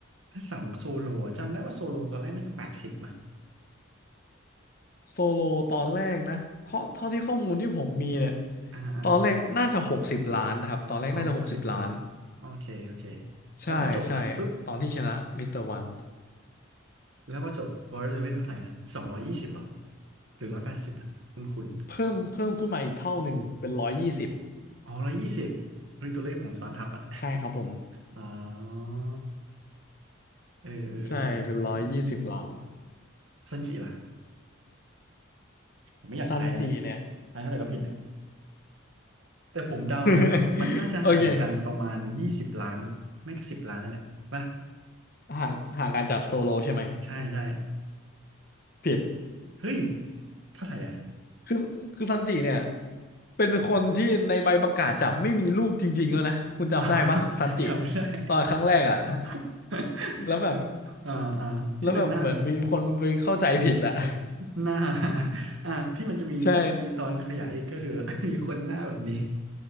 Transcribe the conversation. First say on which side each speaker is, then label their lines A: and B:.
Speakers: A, on the right; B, on the left.
A: ถ้าสั่งโซโลอะจำได้ว่าโซโลตอนแรกน่าจะแปดสิบมา
B: โซโลตอนแรกนะข้อเท่าที่ข้อมูลที่ผมมีเนี่ย
A: อ่าอ่า
B: ตอนแรกน่าจะหกสิบล้านนะครับตอนแรกน่าจะหกสิบล้าน
A: อ๋อหกสิบเหรอโอเคโอเคแล้วพอจบนั่นปุ๊บ
B: ใช่ใช่ตอนที่ชนะมิสเตอร์วัน
A: แล้วพอจบพอจะเป็นเท่าไหร่นะสองร้อยยี่สิบอ่ะหรือร้อยแปดสิบนะคุณคุณ
B: เพิ่มเพิ่มขึ้นมาอีกเท่าหนึ่งเป็นร้อยยี่สิบ
A: อ๋อร้อยยี่สิบเฮ้ยตัวเลขผมซ้อนทับอ่ะ
B: ใช่ครับผม
A: <laughs> อ๋อเออเออเออร้อยยี่สิบ
B: ใช่เป็นร้อยยี่สิบล้าน
A: ซันจิล่ะผมไม่อยากทายแล้วเนี่ย
B: ซันจิเนี่ย
A: ทายเท่าไหร่ก็ผิดเนี่ย แต่ผมเดานะมันน่าจะห่างกันประมาณยี่สิบล้านไม่ก็สิบล้านนั่นแหละป่ะ
B: <laughs> โอเคห่างห่างกันจากโซโลใช่ไหม
A: ใช่ใช่
B: ผิด
A: เฮ้ยเท่าไหร่อ่ะ
B: คือคือซันจิเนี่ยเป็นคนที่ในใบประกาศจับไม่มีรูปจริงๆแล้วนะคุณจำได้ปะซันจิ
A: <laughs> อ๋อจำไม่ได้
B: ตอนครั้งแรกอ่ะ
A: <laughs>
B: <laughs> แล้วแบบ
A: คืออ่าอ่าที่เป็นหน้าแบบ
B: แล้วแบบเหมือนมีคนไปเข้าใจผิดอ่ะ <laughs>
A: หน้า <laughs> อ่าที่มันจะมีมีตอนขยายอีกก็คือ
B: ใช่
A: <laughs> มีคนหน้าแบบนี้